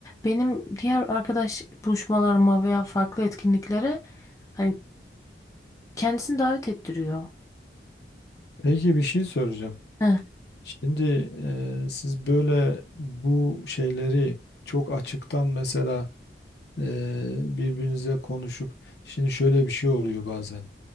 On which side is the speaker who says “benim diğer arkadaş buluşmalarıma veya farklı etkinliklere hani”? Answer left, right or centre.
Left